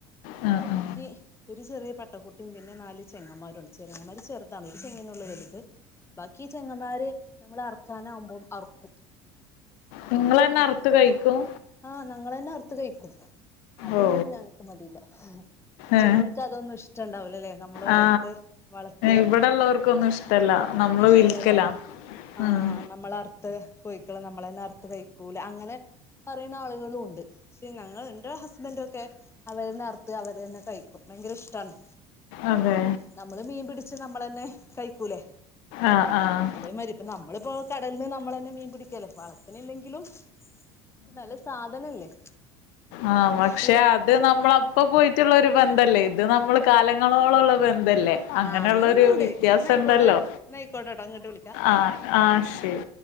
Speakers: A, on the left; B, on the left.
A: ആ
B: ബാക്കി
A: ആ
B: ഒരു ചെറിയ പട്ടക്കുട്ടിയും പിന്നെ നാല് ചെങ്ങന്മാരുണ്ട് ചെറങ്ങമാര് ചെറുതാണ് ഒരു ചെങ്ങനുള്ളു വല്ത് ബാക്കി ചെങ്ങമാര് നമ്മള് അറക്കാനാവകുമ്പോം അറക്കും
A: നിങ്ങളന്നെ അറ്ത്ത് കഴിക്കും
B: ആഹ് ഞങ്ങൾ തന്നെ അർത്ത് കഴിക്കും അതിനൊന്നും
A: ഓ
B: ഞങ്ങക്ക് മടിയില്ല
A: ഏ
B: ചെല്ലോല്ക്ക് അതൊന്നും ഇഷ്ടണ്ടാവില്ല ല്ലേ നമ്മള് വളർത്ത്
A: ആ
B: വളർത്തി
A: ഇവിടെള്ളവർക്കൊന്നും ഇഷ്ടല്ല നമ്മള്
B: ഇഷ്ടല്ലല്ലേ
A: വിൽക്കലാ
B: ആഹ്
A: ഉം
B: നമ്മള അർത്ത കോയിക്കള നമ്മള തന്നെ അറത്ത് കഴിക്കൂല അങ്ങനെ പറയുന്ന ആളുകളും ഉണ്ട് പക്ഷെ ഞങ്ങൾ എന്റെ ഹസ്ബൻറ ഒക്കെ അവരനെ അർ അവര് തന്നെ കഴിക്കും ഭയങ്കര ഇഷ്ടാണ്
A: അതെ
B: നമ്മള് മീൻ പിടിച്ച് നമ്മളന്നെ കഴിക്കൂലേ
A: ആഹ് ആഹ്
B: അതേമാതി ഇപ്പ നമ്മളിപ്പോ കടലിൽ നിന്ന് നമ്മള തന്നെ മീൻ പിടിക്കല്ലെ വളത്തിനില്ലെങ്കിലും പക്ഷെ നല്ല സാധനല്ലേ
A: ആഹ
B: ഫ്രഷ്
A: പക്ഷെ അത് നമ്മള ഇപ്പൊ പോയിട്ടുള്ള ഒരു ബന്ധല്ലേ ഇത് നമ്മള് കാലങ്ങളോളള്ള ബന്ധ അല്ലേ അങ്ങനെയുള്ളൊരു
B: ആ അങ്ങനൊന്നുണ്ട്
A: വ്യത്യാസം
B: ന്നായിക്കോട്ടെ
A: ഉണ്ടല്ലോ
B: ന്നായിക്കോട്ടെട്ടോ ഇങ്ങട്ട് വിളിക്കാ
A: ആഹ ആ ശരി